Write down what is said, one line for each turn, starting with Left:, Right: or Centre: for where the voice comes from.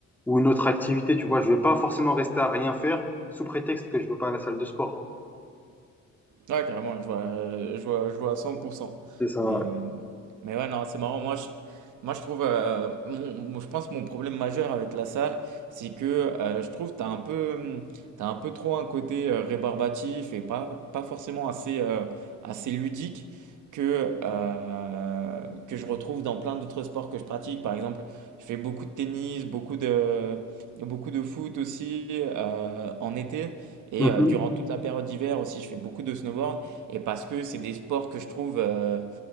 Centre: ou une autre activité, tu vois. Je vais pas forcément rester à rien faire sous prétexte que je veux pas à la salle de sport.
Right: Ouais, carrément, je vois, euh, je vois, je vois à 100%.
Centre: C'est ça.
Right: Mais,
Centre: ouais.
Right: mais ouais, non, c'est marrant. Moi, je, moi, je trouve, euh, mon- mon- je pense que mon problème majeur avec la salle, c'est que euh, je trouve que tu as un peu, hum, t'as un peu trop un côté euh, rébarbatif et pas, pas forcément assez, euh, assez ludique que, euh, que je retrouve dans plein d'autres sports que je pratique. Par exemple, je fais beaucoup de tennis, beaucoup de, beaucoup de foot aussi euh, en été. Et
Centre: Mhm.
Right: euh, durant toute la période d'hiver aussi, je fais beaucoup de snowboard. Et parce que c'est des sports que je trouve euh,